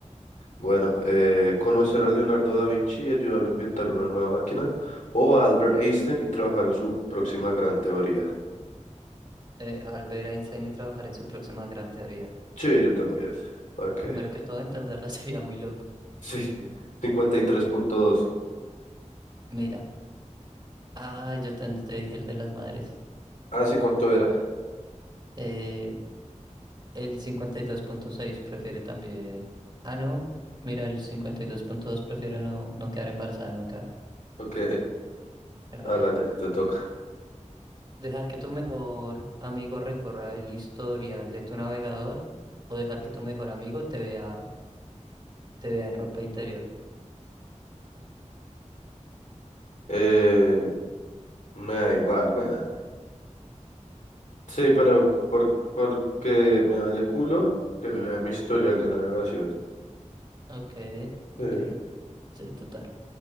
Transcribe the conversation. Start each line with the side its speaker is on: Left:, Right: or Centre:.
Left: Bueno, eh, conocer a Leonardo da Vinci y ayudarlo a inventar una nueva máquina, o a Albert Einstein y trabajar en su próxima gran teoría.
Right: Eh, al ver a Einstein y trabajar en su próxima gran teoría.
Left: Sí, yo también. Ok.
Right: Primero
Left: <laughs>
Right: que todo, entenderla <laughs> sería muy loco.
Left: Sí, 53.2.
Right: Mira, ah, yo te, te dije el de las madres.
Left: Ah, sí, ¿cuánto era?
Right: Eh, el 52.6 prefiere también. Ah, no. Mira, el 52.2 prefiere no, no quedar embarazada nunca.
Left: Ok,
Right: Es raro.
Left: hágale, te toca.
Right: Dejar que tu mejor amigo recorra el historial de tu navegador o dejar que tu mejor amigo te vea, te vea en ropa interior.
Left: Eh, me da igual, weón. Sí, pero por, porque me vale culo que vea mi historial de navegación.
Right: Ok, ok.
Left: Eh,
Right: Sí, total.